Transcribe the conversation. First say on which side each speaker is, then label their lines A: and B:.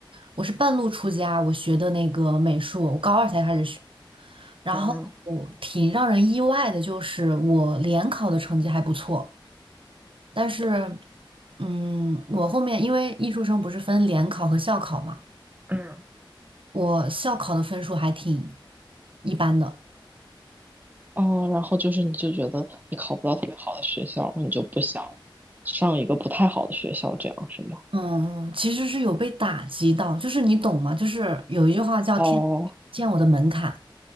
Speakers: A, on the right; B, on the right.
A: 我是半路出家，我学的那个美术，我高二才开始学，然后
B: 吗嗯嗯
A: 挺让人意外的，就是我联考的成绩还不错。但是，嗯，我后面因为艺术生不是分联考和校考嘛，
B: 嗯，
A: 我校考的分数还挺一般的。
B: 哦，然后就是你就觉得你考不到特别好的学校，你就不想上一个不太好的学校，这样是吗？
A: 嗯，嗯其实是有被打击到，就是你懂吗？就是有一句话叫“天
B: 哦，
A: 见我的门槛”，